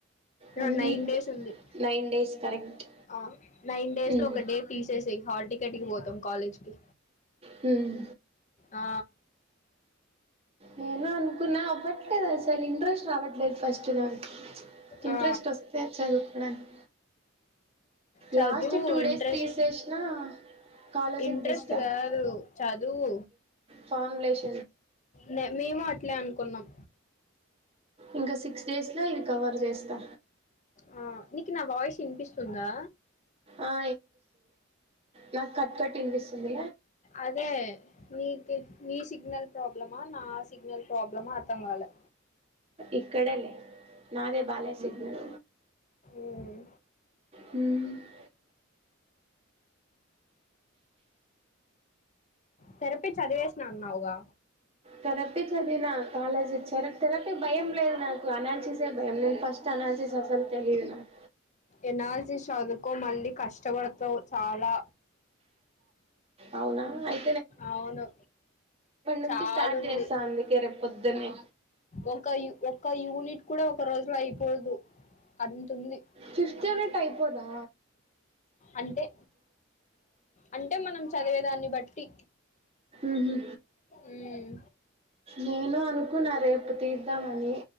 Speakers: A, on the right (about 30°); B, on the left (about 35°).
A: వన్
B: ఆ నైన్
A: వీక్
B: డేస్ ఉంది
A: నైన్ డేస్ కరెక్ట్
B: ఆ నైన్ డేస్
A: మ్మ్.
B: లో ఒక డే తీసేసేయ్ హల్ టికెట్ కి పోతాం కాలేజ్ కి
A: హ్మ్
B: ఆ
A: నేను అనుకున్నా అవ్వట్లేదు అసలు ఇంట్రెస్ట్ రావట్లేదు ఫస్ట్ నాకు ఇంట్రెస్ట్
B: ఆ
A: వస్తలేదు చదువుకోవడానికి
B: చదువు
A: లాస్ట్ టూ డేస్
B: ఇంట్రెస్ట్
A: తీసేసినా కాలేజీకి
B: ఇంట్రెస్ట్
A: తీస్తారు
B: కాదు చదువు
A: ఫాం లేషన్
B: లే మేము అట్లే అనుకున్నాం
A: ఇంకా సిక్స్ డేస్లో ఇవి కవర్ చేస్తా
B: ఆ నీకు నా వాయిస్ ఇనిపిస్తుందా
A: ఆ నాకు కట్ కట్ వినిపిస్తుంది
B: అదే నీ నీ సిగ్నల్ ప్రాబ్లమా నా సిగ్నల్ ప్రాబ్లమా అర్థం అవ్వాలె
A: ఇక్కడే లే నాదే బాలే సిగ్నల్
B: ఉమ్.
A: హ <inaudible>
B: థెరపీ చదివేసిన అన్నావుగా
A: కరెక్టే చదివిన కాలేజ్ థెరపీ థెరపీ భయం లేదు నాకు అనాలిసిసే భయం నేను ఫస్ట్ అనాలిసిస్ అసలు తెలిదు నాకు
B: అనాలసిస్ చదువుకో మళ్ళీ కష్టపడతావ్ చాలా
A: అవునా అయి
B: అవును
A: నుంచి
B: చాలుంది
A: స్టార్ట్ చేస్తా అందుకే రేపు పొద్దున్నే
B: ఒక ఒక యు ఒక యూనిట్ కూడా ఒక రోజు లో అయిపోదు అంతుంది.
A: Fifth unit అయిపోదా?
B: అంతే అంటే మనం చదివేదాన్ని బట్టి
A: ఉహు
B: ఉమ్
A: నేను అనుకున్నా రేపు తీద్దామని